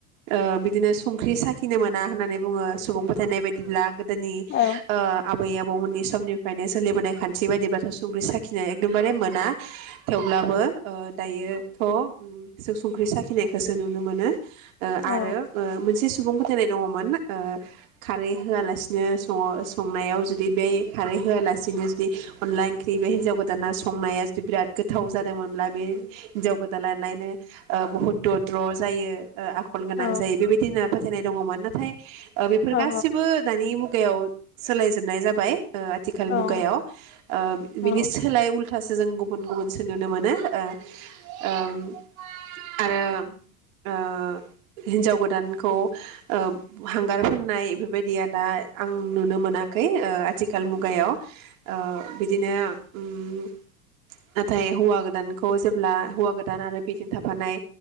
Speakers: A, on the right (about 70°); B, on the left (about 25°).
A: ओ बिदिनो संख्रि साखिनो मोना होननानै बुङो सुबुं फोथायनाय बायदिब्ला गो दोनि
B: औ
A: ओ आबै आब बौ मोननि समनिफ्रायनो सोलिबोनाय खान्थ थि बायदिब्लाथ संख्रि साखिनाय एकदमबारे मोना थेवब्लाबो ओ दायोथ जों संख्रि साखिनायखौसो नुनो मोनो। ओ
B: औ
A: आरो ओ मोनसे सुबुं फोथायनाय दङमोन। ओ खारै होआलासिनो संओ संनायाव जुदि बे खारै होआलासिनो जुदि अनला ओंख्रि बे हिन्जाव गोदाना संनाया जुदि बिराद गोथाव जादोंमोनब्ला बे हिनजाव गोदाला लायनो ओ बहुद दद्र जायो। ओ आखल गोनां
B: औ
A: जायो बेबायदि होनना फो फोथायनाय दङमोन नाथाय ओ बेफोर
B: औ
A: गासिबो दानि मु गायाव सोलायजोबनाय जाबाय ओ आथिखाल
B: औ
A: मुगायाव ओ
B: औ
A: बिनि सोलाय उ उल्थासो जों गुबुन गुबुनसो नुनो मोनो ओ ओम आरो ओ हिन्जाव गोदानखौ ओ हांगार फोननाय बेफोरबायदिया दा आं नुनो मोनाखै ओ आथिखाल मुगायाव ओ बिदिनो ओम नाथाय हौवा गोदानखौ जेब्ला हौवा गोदान आरो बेजों थाफानाय